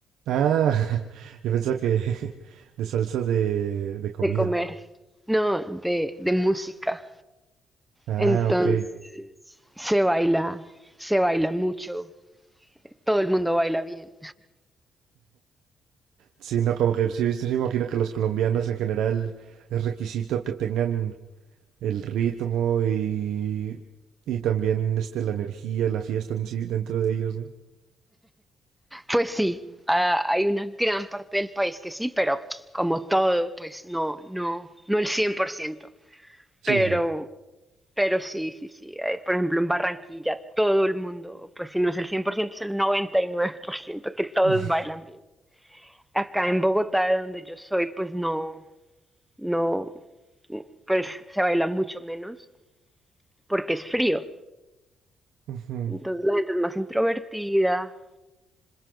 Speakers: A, on the right; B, in the centre.
A: Ah, <laughs> yo pensaba que <laughs> de salsa de, de comida.
B: de comer, no, de, de música.
A: Ah,
B: Entonces,
A: ok.
B: se baila, se baila mucho, todo el mundo baila bien.
A: Sí, no, como que sí, viste, sí, me imagino que los colombianos en general es requisito que tengan el ritmo y, y también este, la energía, la fiesta en sí dentro de ellos, ¿no?
B: Pues sí, ah, hay una gran parte del país que sí, pero como todo, pues no, no, no el cien por ciento,
A: Sí,
B: Pero,
A: no.
B: Pero sí, sí, sí. eh, por ejemplo, en Barranquilla todo el mundo, pues si no es el 100% es el 99% que todos
A: <laughs>
B: bailan bien. Acá en Bogotá, de donde yo soy, pues no, no, pues se baila mucho menos porque es frío.
A: Ujú.
B: Entonces la gente es más introvertida,